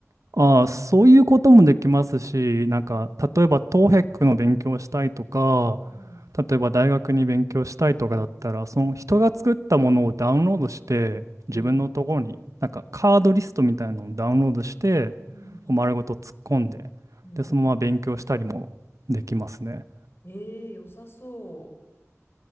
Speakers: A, on the right; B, on the left.
A: ああ、そういうこともできますし、なんか例えばトーヘックの勉強をしたいとか、
B: うん、うん、
A: 例えば大学に勉強したいとかだったら、その人が作ったものをダウンロードして、
B: うん。
A: 自分のところに、なんかカードリストみたいなのをダウンロードして、
B: うん。
A: 丸ごと突っ込んで、
B: うんうん。
A: で、そのまま勉強したりもできますね。
B: ええ良さそ